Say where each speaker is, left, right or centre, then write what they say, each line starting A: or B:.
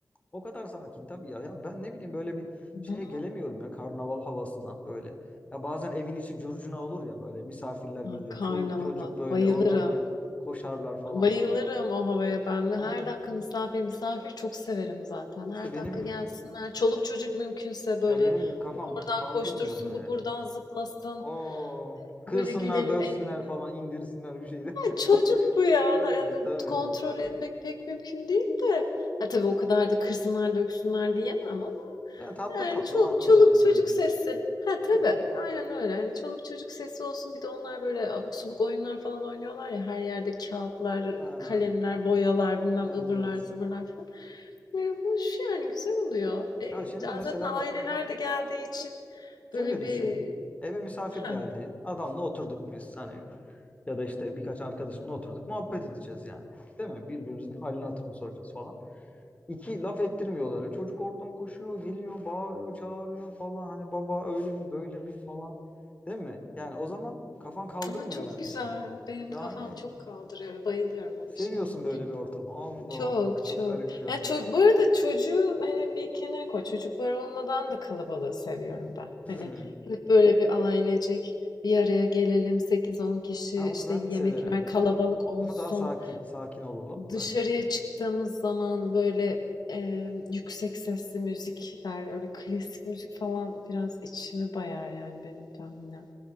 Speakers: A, on the left (about 20°); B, on the left (about 80°).
A: O kadar sakin tabii ya. Ya ben ne bileyim böyle bir şeye
B: Na
A: gelemiyorum ya karnaval havasına böyle. Ya bazen evin içi curcuna olur ya böyle misafirler gelir.
B: a karnavala
A: Çoluk çocuk böyle
B: bayılırım.
A: oradan oraya koşarlar falan.
B: Bayılırım o havaya ben ve
A: Ha,
B: her dakika misafir misafir çok severim zaten.
A: işte
B: Her
A: benim
B: dakika gelsinler. Çoluk çocuk mümkünse böyle
A: ya benim kafam
B: o oradan
A: kaldırmıyor
B: koştursun,
A: be.
B: bu buradan zıplasın.
A: Oo, kırsınlar,
B: Böyle gülelim,
A: döksünler
B: eğlenelim.
A: falan, indirsinler bir şeyde. <laughs>
B: Çocuk bu ya.
A: Yani,
B: Yani
A: tabii.
B: kontrol etmek pek mümkün değil de. Ha, tabii o kadar da kırsınlar döksünler diyemem ama
A: Yani tatlı
B: yani
A: tatlı
B: ço-
A: o anlamda
B: çoluk
A: hani
B: çocuk
A: böyle.
B: sesi. Ha tabii.
A: Hmm.
B: Aynen öyle. Yani çoluk çocuk sesi olsun. Bir de onlar böyle abuk subuk oyunlar falan oynuyorlar ya. Her yerde kağıtlar,
A: Ha,
B: kalemler, boyalar, bilmem
A: evet
B: ıvırlar
A: evet.
B: zıvırlar falan. Böyle hoş yani güzel oluyor. E,
A: Ya şimdi
B: zaten
A: mesela
B: aileler
A: bak
B: de geldiği için böyle
A: Şöyle
B: bir
A: düşün. Eve misafir
B: ha
A: geldi. Adamla oturduk biz hani ya da işte birkaç arkadaşımla oturduk. Muhabbet edeceğiz yani. Değil mi? Birbirimizin halini hatırını soracağız falan. İki laf ettirmiyorlar. E Çocuk oradan koşuyor, geliyor, bağırıyor, çağırıyor falan. Hani baba öyle mi böyle mi falan. Değil mi? Yani o zaman kafan kaldırmıyor
B: Ama çok
A: yani
B: güzel.
A: şeyi.
B: Benim
A: Yani
B: kafam çok kaldırıyor. Bayılıyorum öyle
A: seviyorsun
B: şeylere.
A: böyle bir ortamı. Allah
B: Çok
A: Allah çok
B: çok.
A: garip ya.
B: Yani ço- bu arada çocuğu hani bir kenara koy. Çocuklar olmadan da kalabalığı seviyorum ben.
A: Hmm.
B: Hani hep böyle bir ailecek bir araya gelelim sekiz on kişi
A: Ha, onu
B: işte
A: ben
B: yemekler
A: de severim.
B: kalabalık olsun.
A: Ama daha sakin, sakin olalım
B: Dışarıya
A: böyle.
B: çıktığımız zaman böyle, emm, yüksek sesli müzikler, öyle klasik müzik falan biraz içimi bayar yani benim tahminen.